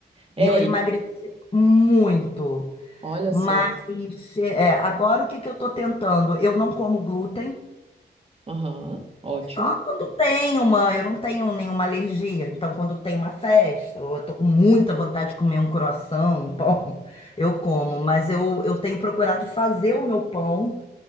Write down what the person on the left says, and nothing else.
E eu emagreci
muito.
Mas,
é, agora o que que eu estou tentando? Eu não como glúten.
Só quando tem uma, eu não tenho nenhuma alergia, então quando tem uma festa, ou eu tô com muita vontade de comer um croissant, um pão, <laughs> eu como, mas eu, eu tenho procurado fazer o meu pão